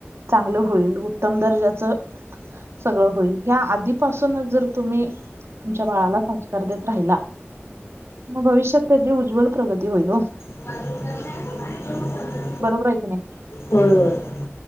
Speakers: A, on the right; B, on the left.
A: चांगलं होईल उत्तम दर्जाचं सगळं होईल ह्या आधीपासूनच जर तुम्ही तुमच्या बाळाला संस्कार देत राहिला, मग भविष्यात त्याची उज्ज्वल प्रगती होईल.
B: <unintelligible>
A: बरोबर आहे की नाही?
B: होय, होय-